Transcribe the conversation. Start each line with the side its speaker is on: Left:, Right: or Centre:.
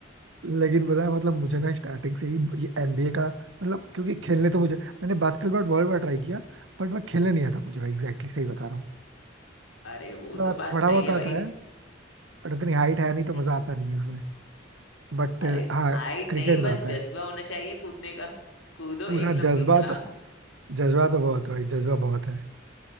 Right: लेकिन बताया मतलब मुझे ना स्टार्टिंग से ही ये एनबीए का मतलब क्योंकि खेलने तो मुझे मैंने बास्केटबॉल बहुत बार ट्राई किया बट मैं खेलने नहीं आता मुझे एग्जैक्टली सही बता रहा हूँ
Left: अरे वो
Right: मतलब
Left: तो बात
Right: थोड़ा
Left: सही
Right: बहुत
Left: है
Right: आता
Left: भाई
Right: है बट इतनी हाइट है नहीं तो
Left: हम्म,
Right: मजा आता नहीं है उसमें बट
Left: अरे
Right: हाँ
Left: हाइट
Right: क्रिकेट
Left: नहीं बस
Right: तो आता
Left: जज्बा
Right: है
Left: होना चाहिए कूदने का कूदो
Right: पूरा
Left: एक लंबी
Right: जज्बा
Left: छलांग
Right: तो जज्बा तो बहुत है भाई जज्बा बहुत है